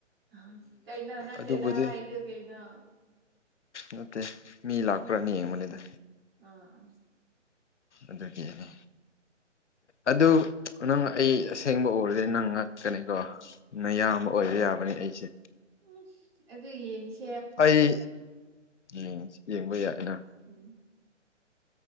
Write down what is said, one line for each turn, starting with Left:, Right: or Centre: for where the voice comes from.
Right: ꯑꯍ ꯀꯩꯅꯣ ꯅꯠꯇꯦꯗꯥ
Left: ꯑꯗꯨꯕꯨꯗꯤ
Right: ꯍꯥꯏꯗꯨ ꯀꯩꯅꯣ
Left: ꯅꯠꯇꯦ ꯃꯤ ꯂꯥꯛꯄ꯭ꯔꯥꯅ ꯌꯦꯡꯕꯅꯤꯗꯥ
Right: ꯑꯥ ꯑꯥ
Left: ꯑꯗꯨꯒꯤꯅꯤ ꯑꯗꯨ ꯅꯪ ꯑꯩ ꯑꯁꯦꯡꯕ ꯎꯔꯗꯤ ꯅꯪ ꯉꯛꯀꯅꯤꯀꯣ ꯅꯌꯥꯝꯕ ꯑꯣꯏꯕ ꯌꯥꯕꯅꯤ ꯑꯩꯁꯦ
Right: ꯎꯝ ꯑꯗꯨ ꯌꯦꯡꯁꯤ
Left: ꯑꯩ ꯌꯦꯡ ꯌꯦꯡꯕ ꯌꯥꯏꯅ
Right: ꯎꯝ